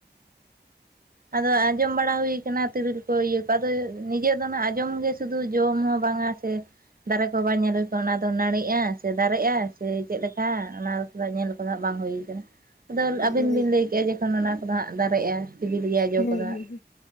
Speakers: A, on the right; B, on the left.
A: ᱟᱫᱚ ᱟᱸᱡᱚᱢ ᱵᱟᱲᱟ ᱦᱩᱭ ᱠᱟᱱᱟ ᱛᱤᱨᱤᱞ ᱠᱚ ᱤᱭᱟᱹ ᱠᱚ ᱟᱫᱚ ᱱᱤᱡᱮ ᱫᱚ ᱟᱸᱡᱚᱢ ᱜᱮ ᱥᱩᱫᱩ ᱥᱩ ᱡᱚᱢ ᱦᱚᱸ ᱵᱟᱝᱟ ᱥᱮᱼᱼ ᱫᱟᱨᱮ ᱠᱚ ᱵᱟᱝ ᱧᱮᱞ ᱦᱩᱭ ᱠᱚᱜᱼᱟ ᱚᱱᱟ ᱫᱚ ᱱᱟᱹᱲᱤᱜᱼᱟ ᱥᱮ ᱫᱟᱨᱮᱜᱼᱟ ᱥᱮ ᱪᱮᱫ ᱞᱮᱠᱟ ᱚᱱᱟᱼᱼ ᱟ ᱧᱮᱞ ᱠᱚ ᱫᱚ ᱦᱟᱸᱜ ᱵᱟᱝ ᱦᱩᱭ ᱠᱟᱱᱟ ᱟᱫᱚ ᱟᱹᱵᱤᱱ
B: ᱢᱟᱱᱮ
A: ᱵᱤᱱ ᱞᱟᱹᱭ ᱠᱮᱜᱼᱟ ᱡᱚᱠᱷᱚᱱ ᱚᱱᱟ ᱠᱚᱫᱚ ᱦᱟᱸᱜ ᱫᱟᱨᱮᱜᱼᱟ ᱥᱤᱵᱤᱞ ᱜᱮᱭᱟ ᱡᱚ
B: ᱦᱮᱸ
A: ᱠᱚᱫᱚ ᱦᱟᱸᱜ
B: ᱦᱮᱸ